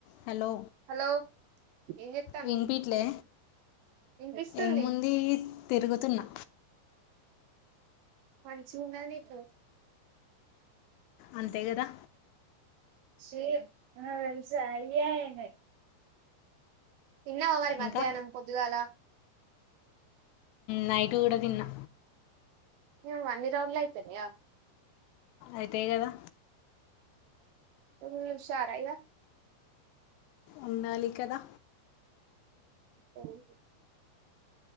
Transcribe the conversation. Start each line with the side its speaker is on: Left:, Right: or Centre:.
Left: Hello
Right: hello ఏం చెత్తన్నావ్
Left: విన్పిీట్లే
Right: వినిపిస్తుంది
Left: ఏముంది తిరుగుతున్నా
Right: మన చ ఉంగా నకు
Left: అంతే కదా
Right: శ వెలుసా అయ్యయినే ఇన్నవ మరి మధ్యాహ్నం
Left: ఇంకా
Right: కొదుగాల
Left: నైట్ కూడా తిన్నా
Right: న వన్ ఇర్వర్లో అయితేార
Left: అయితే కదా
Right: త హుషారాయిగా
Left: ఉండాలి కదా
Right: ఉమా